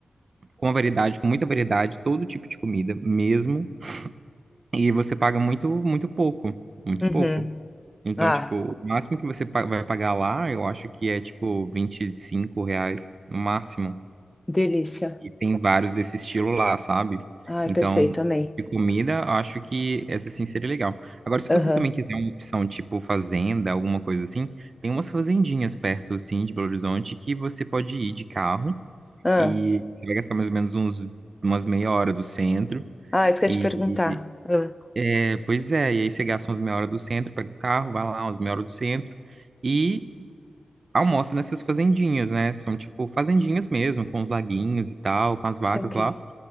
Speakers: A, on the right (about 55°); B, on the left (about 20°).
A: com uma variedade, com muita variedade, todo tipo de comida mesmo, e você paga muito, muito pouco, muito
B: Uhum.
A: pouco. Então,
B: Ah,
A: tipo, o máximo que você pa- vai pagar lá, eu acho que é, tipo, 25 reais, no máximo.
B: delícia.
A: E tem vários desse estilo lá, sabe?
B: Ai,
A: Então,
B: perfeito. Amei.
A: de comida, eu acho que essa, sim, seria legal. Agora, se
B: Aham.
A: você também quiser uma opção, tipo, fazenda, alguma coisa assim, tem umas fazendinhas perto, assim, de Belo Horizonte, que você pode ir de carro
B: Ah.
A: e você vai gastar mais ou menos uns, umas meia hora do centro.
B: Ah, isso que eu
A: E
B: ia te perguntar. Ah,
A: é, pois é, e aí você gasta umas meia hora do centro, pega o carro, vai lá umas meia hora do centro e almoça nessas fazendinhas, né? São tipo fazendinhas mesmo, com os laguinhos e tal, com as vacas
B: saquei.
A: lá.